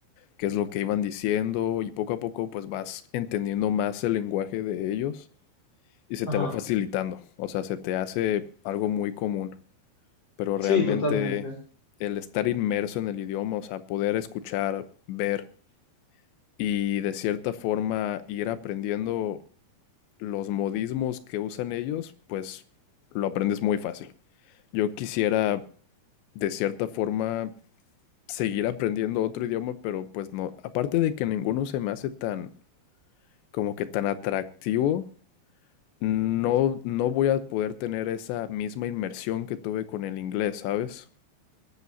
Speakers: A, on the left; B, on the left.
A: qué es lo que iban diciendo y poco a poco pues vas entendiendo más el lenguaje de ellos y se
B: Ajá.
A: te va facilitando, o sea, se te hace algo muy común, pero
B: Sí,
A: realmente
B: totalmente.
A: el estar inmerso en el idioma, o sea, poder escuchar, ver y de cierta forma ir aprendiendo los modismos que usan ellos, pues lo aprendes muy fácil. Yo quisiera de cierta forma seguir aprendiendo otro idioma, pero pues no, aparte de que ninguno se me hace tan como que tan atractivo, no, no voy a poder tener esa misma inmersión que tuve con el inglés, ¿sabes?